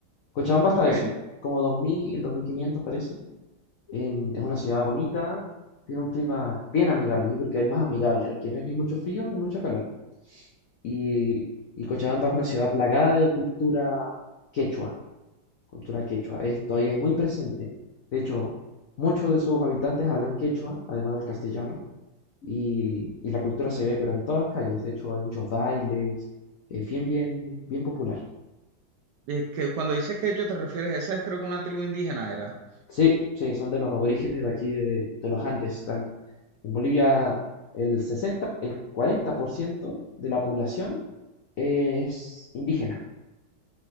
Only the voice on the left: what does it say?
Cochabamba está
eso, como dos dos mil dos mil quinientos parece. Em, es una ciudad bonita, tiene un clima bien amigable, yo creo que es el más amigable, el que no es ni mucho frío ni mucho calor. Y, y Cochabamba es una ciudad plagada de cultura quechua, cultura quechua. Esto ahí es muy presente. De hecho, muchos de sus habitantes hablan quechua, además del castellano, y, y la cultura se ve, pero en todas las calles. De hecho, hay muchos bailes, es bien, bien, bien popular.
Sí, sí, son de los aborígenes de aquí de, de los Andes. Están en Bolivia el 60, el 40% de la población es indígena.